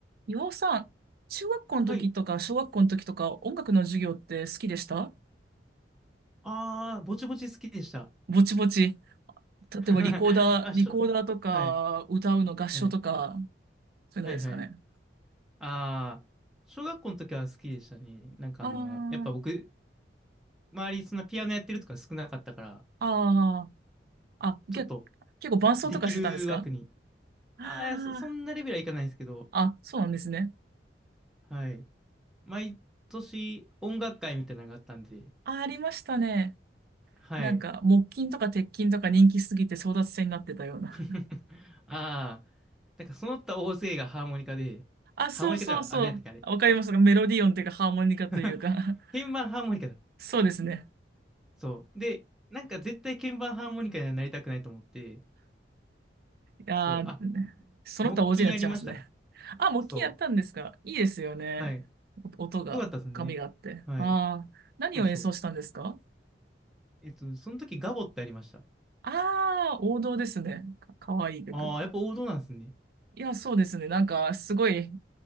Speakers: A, on the right; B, in the centre.
A: 岩尾さん、中学校の時とか小学校の時とか音楽の授業って好きでした
B: はい。ああ、ぼちぼち好きでした。
A: ぼちぼち。例えばリコーダー、
B: <laughs> あ、しょ、
A: リコーダーとか歌うの合唱とか、
B: はい。はい。
A: そういうのですかね。
B: はいはい。ああ、小学校の時は好きでしたね。なんかあの、
A: あー
B: やっぱ僕、周りそんなピアノやってるとか少なかったから、
A: あー、あ、
B: ちょっと
A: け、結構伴奏とかしてたんですか
B: できる枠に。
A: あ
B: ああ、いやそ、そんなレベルはいかないんですけど、
A: あー、あ、そうなんですね。
B: はい。毎年音楽会みたいなのがあったんで、
A: あ、ありましたね。
B: はい。
A: なんか木琴とか鉄琴とか人気すぎて争奪戦になってたような。
B: <laughs> ああ、なんかその他大勢がハーモニカで、
A: あ、
B: ハーモニカじゃあ、
A: そうそうそう。
B: あ、何やったっけあれ。
A: わかりますかメロディオンというかハーモニカというか。
B: <laughs> 鍵盤ハーモニカだ。
A: <laughs> そうですね。
B: そう。で、なんか絶対鍵盤ハーモニカにはなりたくないと思って、
A: あー、
B: そう。あ、
A: その他大勢になっちゃいますね。
B: 木琴やりましたね。
A: あ、木琴やったんですかいいですよね。
B: そう。はい。
A: お音が、
B: よかったですね。
A: 深みがあって。
B: はい。
A: ああ、何を演奏したんですか
B: そうそう。えっと、その時ガボってありました。
A: ああー、王道ですね。か、かわいい曲。
B: ああ、やっぱ王道なんですね。
A: いや、そうですね。なんか、すごい